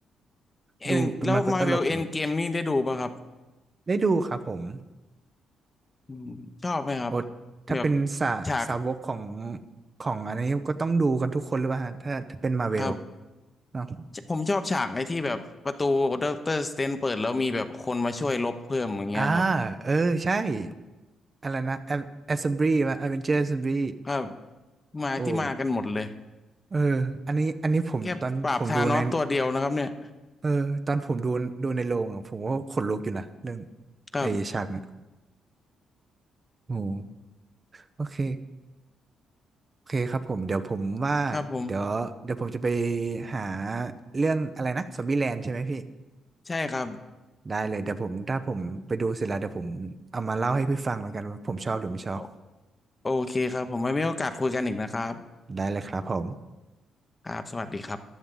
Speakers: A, on the left; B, on the right.
A: เอ็นแล้วมาเวลเอ็นเกมนี่ได้ดูป่ะครับ
B: ดูดูมันก็ตลกได้ดูครับผม
A: อืมชอบไหมครับ
B: โอ้ถ้าเป็นสาสาวกของ
A: แบบฉาก
B: ของอันนี้ก็ต้องดูกันทุกคนหรือเปล่าฮะถ้าถ้าเป็นมาเวล
A: ครับ
B: เนาะ
A: ผมชอบฉากในที่แบบประตูด็อกเตอร์สเตนเปิดแล้วมีแบบคนมาช่วยลบเพิ่มอย่างเงี้ยครับ
B: อ่าเออใช่อะไรนะแอแอสเซมบลีว่าอเวนเจอร์แอสเซมบลี
A: ครับมาที่มากันหมดเลย
B: โอ้เอออันนี้อันนี้ผมตอนผมดูใน
A: แค่ปราบธานอสตัวเดียวนะครับเนี่ย
B: เออตอนผมดูดูในโรงอ่ะผมก็ขนลุกอยู่นะเรื่อง
A: ครับ
B: ไอ้ฉากเนี่ยโอ้โหโอเค โอเคครับผมเดี๋ยวผมว่าเดี๋ยวเดี๋ยวผมจะไป
A: ครับผม
B: หาเรื่องอะไรนะซอมบี้แลนด์ใช่ไหมพี่
A: ใช่ครับ
B: ได้เลยเดี๋ยวผมถ้าผมไปดูเสร็จแล้วเดี๋ยวผมเอามาเล่าให้พี่ฟังเหมือนกันว่าผมชอบหรือไม่ชอบ
A: โอโอเคครับผมไว้มีโอกาสคุยกันอีกนะครับ
B: ได้เลยครับผม
A: ครับสวัสดีครับ